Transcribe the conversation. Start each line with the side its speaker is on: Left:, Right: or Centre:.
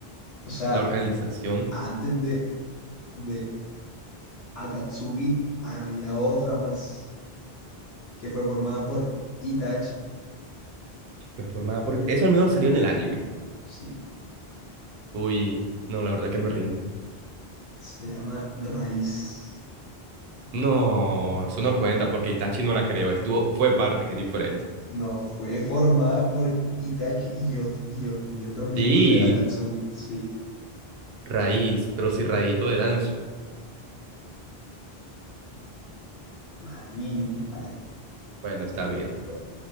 Left: O sea,
Right: la organización
Left: antes de, de Akatsuki había otra más. que fue formada por Itachi.
Right: pues, formada por... Eso al menos salió en el anime.
Left: Sí,
Right: Uy, no, la verdad que me rindo.
Left: se llama Raíz.
Right: No, eso no cuenta porque Itachi no la creó. Estuvo, fue parte, que es diferente.
Left: No, fue formada por Itachi y, ot- y ot- y otros miembros
Right: Sí,
Left: de Akatsuki. Sí,
Right: Raíz, pero si Raíz lo de Danzo.
Left: manilla.
Right: Bueno, está bien.
Left: Bueno,